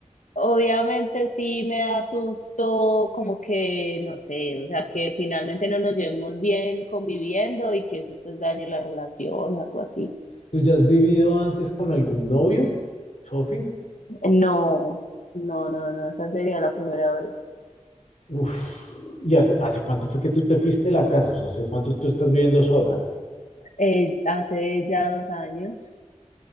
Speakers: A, on the left; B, on the left.
A: Obviamente sí me da susto como que, no sé, o sea, que finalmente no nos llevemos bien conviviendo y que eso pues dañe la relación o algo así.
B: ¿Tú ya has vivido antes con algún novio, Sofi?
A: No, no, no, no, esa sería la primera vez.
B: Uf, ¿y hace, hace cuánto fue que tú te fuiste de la casa? O sea, ¿hace cuánto tú estás viviendo sola?
A: Eh, hace ya dos años.